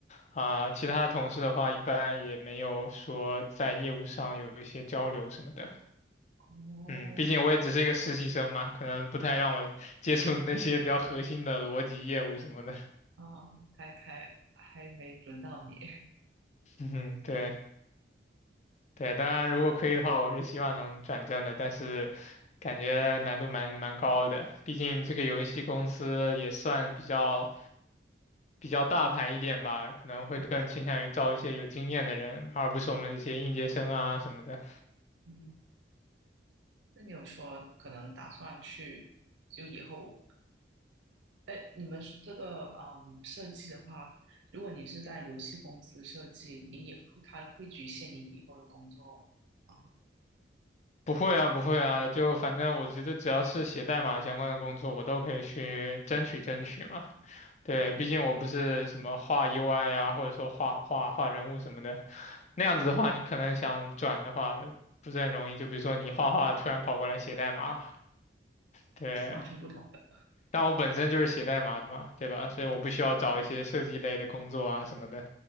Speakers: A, on the left; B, on the right.
A: 啊、其他的同事的话，一般也没有说在业务上有一些交流什么的。
B: 哦，
A: 嗯，毕竟我也只是一个实习生嘛，可能不太让我 <laughs> 接触那些比较核心的逻辑业务什么的。
B: 啊，还还还没轮到你。
A: <laughs> 嗯，对对，当然如果可以的话，我是希望能转正的，但是感觉难度蛮蛮高的，毕竟这个游戏公司也算比较。比较大牌一点吧，可能会更倾向于招一些有经验的人，
B: <laughs>
A: 而不是我们这些应届生啊什么的。
B: 嗯，那你有说可能打算去，就以后哎，你们是这个嗯设计的话，如果你是在游戏公司设计，你也会它会局限你以后的工作啊，
A: 不会啊，不会啊，就反正我觉得只要是写代码相关的工作，我都可以去争取争取嘛。对，
B: 哦，
A: 毕竟我不是什么画 UI 啊，或者说画画画人物什么的，那样子的话，你可能想转的话不是很容易。就比如说你画画突然跑过来写代码，对，
B: 是完全不同的。
A: 但我本身就是写代码的嘛，对吧？所以我不需要找一些设计类的工作啊什么的，
B: 嗯，